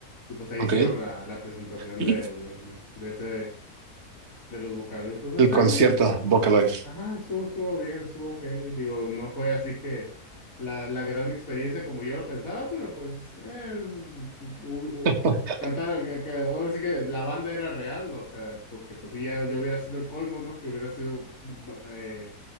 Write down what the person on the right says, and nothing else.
Ok.
El,
el concierto
Vocaloid.
<laughs>